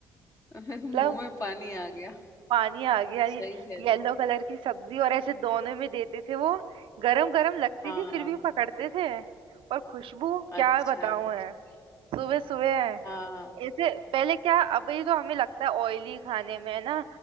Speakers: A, on the left; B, on the right.
A: <laughs> मुंह
B: मतलब
A: में पानी आ गया
B: पानी आ गया ये
A: सही चल
B: येलो कलर की सब्जी और ऐसे दोनों में देते थे वो गरम गरम लगती
A: हाँ
B: थी फिर भी पकड़ते थे और खुशबू क्या
A: अच्छा
B: बताऊं है सुबह सुबह
A: हाँ
B: ऐसे पहले क्या अभी तो हमें लगता है ऑयली खाने में है ना